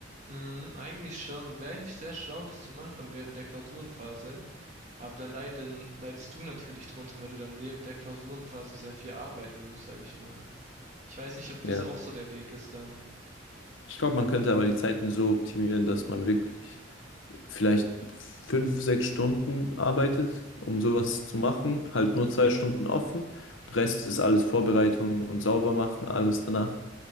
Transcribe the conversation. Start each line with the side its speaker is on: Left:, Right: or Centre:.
Right: mm, eigentlich schon. Wäre eigentlich sehr schlau, das zu machen während der Klausurenphase. Aber dann leiden, leidest du natürlich drunter, weil du dann während der Klausurenphase sehr viel arbeiten musst, sage ich mal. Ich weiß nicht, ob das
Left: Ja.
Right: auch so der Weg ist dann.
Left: Ich glaube, man könnte aber die Zeiten so optimieren, dass man wirklich vielleicht fünf, sechs Stunden arbeitet, um sowas zu machen. Halt nur zwei Stunden offen. Der Rest ist alles Vorbereitung und sauber machen, alles danach.